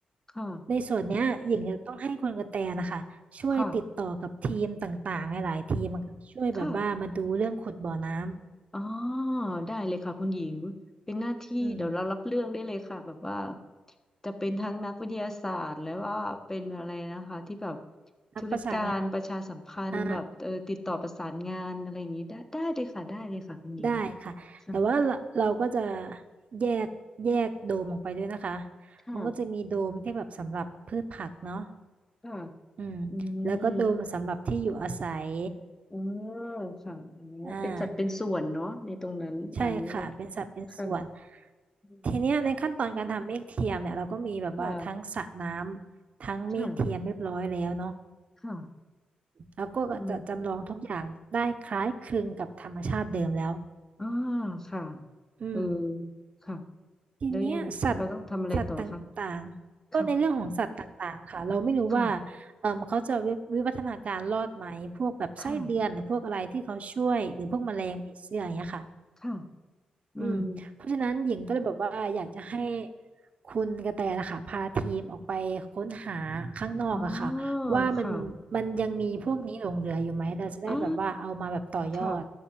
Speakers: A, on the left; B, on the right.
A: ค่ะ
B: ในส่วนเนี้ยหญิงจะต้องให้คุณกระแตนะคะช่วยติดต่อกับทีมต่างๆหลายๆทีมอะค่ะช่วยแบบว่ามาดูเรื่องขุดบ่อน้ำ
A: ค่ะค่ะอ๋อได้เลยค่ะคุณหญิงเป็นหน้าที่เดี๋ยวเรารับเรื่องได้เลยค่ะแบบว่า
B: อืม
A: จะเป็นทั้งนักวิทยาศาสตร์แล้วว่าเป็นอะไรนะคะที่แบบ
B: นักประสานงาน
A: ธุรการประชาสัมพันธ์แบบเออติดต่อประสานงานอะไรอย่างนี้ได้ได้เลยค่ะได้เลยค่ะคุณหญิง
B: อ่าได้ค่ะแต่ว่าเราเราก็จะ
A: ค่ะ
B: แยกแยกโดมออกไปด้วยนะคะ
A: ค่ะ
B: มันก็จะมีโดมที่แบบสำหรับพืชผักเนาะ
A: ค่ะ
B: อืมแล้วก็โดมสำหรับที่อยู่อาศัย
A: อืมอ๋อค่ะอ๋อเป็นจัดเป็นส่วนเนาะในตรงนั้นอ๋อ
B: อ่า ใช่ค่ะเป็นสัดเป็นส่วน
A: ค่ะอืม
B: ทีเนี้ยในขั้นตอนการทำเมฆเทียมเนี่ยเราก็มีแบบว่าทั้งสระน้ำทั้งเมฆเทียมเรียบร้อยแล้วเนาะ
A: ค่ะค่ะค่ะ
B: แล้วก็จะจำลองทุกอย่างได้คล้ายคลึงกับธรรมชาติเดิมแล้ว
A: อืมอ่าค่ะ
B: อืม
A: เออค่ะ
B: ทีเนี้ยสัตว์สัตว์ต่างๆก็ในเรื่องของสัตว์ต่างๆค่ะเราไม่รู้ว่า
A: แล้วยัง เราต้องทำอะไรต่อคะค่ะ ค่ะ
B: เออเขาจะวิวิวัฒนาการรอดไหมพวกแบบไส้เดือนหรือพวกอะไรที่เขาช่วยหรือพวกแมลงผีเสื้ออย่างเงี้ยค่ะ
A: ค่ะ ค่ะ อืม
B: อืมเพราะฉะนั้นหญิงก็เลยแบบว่าอยากจะให้คุณกระแตนะคะพาทีมออกไปค้นหาข้างนอกอะค่ะว่ามันมันยังมีพวกนี้หลงเหลืออยู่ไหมเราจะได้แบบว่าเอามาแบบต่อยอด
A: อ๋อ ค่ะ อ่าค่ะ